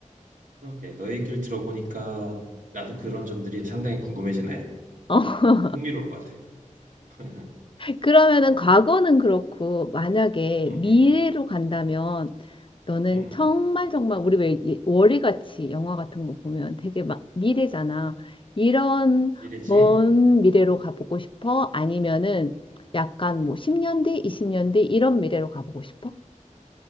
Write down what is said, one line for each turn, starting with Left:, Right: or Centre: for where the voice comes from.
Right: 그러게 너의 얘기를 들어보니까 나도 그런 점들이 상당히 궁금해지네.
Left: 어,
Right: 음,
Left: <laughs>
Right: 흥미로울 것 같아. <laughs> 음,
Left: 그러면은
Right: 음,
Left: 과거는 그렇고 만약에
Right: 음,
Left: 미래로
Right: 음,
Left: 간다면 너는
Right: 음.
Left: 정말 정말 우리 왜 이- 월요같이 영화 같은 거 보면 되게 막 미래잖아. 이런
Right: 미래지?
Left: 먼 미래로 가보고 싶어? 아니면은 약간 뭐 10년 뒤, 20년 뒤 이런 미래로 가보고 싶어?